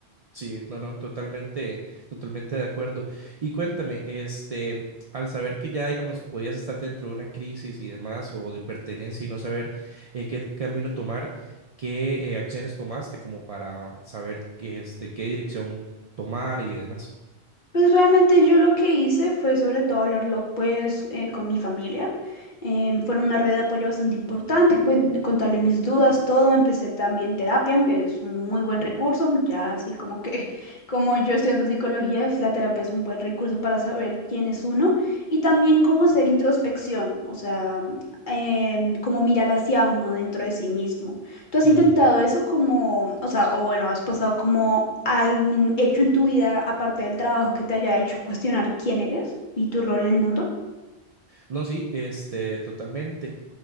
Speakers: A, on the right; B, on the left.
A: Sí, no, no, totalmente, totalmente de acuerdo. Y cuéntame, este, al saber que ya, digamos, podías estar dentro de una crisis y demás, o de pertenencia y no saber eh, qué camino tomar, ¿qué eh, acciones tomaste como para saber, este, qué dirección tomar y demás?
B: Pues realmente yo lo que hice fue sobre todo hablarlo pues eh, con mi familia. Em, fueron una red de apoyo bastante importante, cuen- contarle mis dudas, todo. Empecé también terapia, es un muy buen recurso, ya así como que <laughs> como yo estudiando psicología, es- la terapia es un buen recurso para saber quién es uno y también cómo hacer introspección, o sea, em, cómo mirar hacia uno dentro de sí mismo. ¿Tú has
A: Ujú.
B: intentado eso como, o sea, o bueno, has pasado como algún hecho en tu vida aparte del trabajo que te haya hecho cuestionar quién eres y tu rol en el mundo?
A: No, sí, este, totalmente.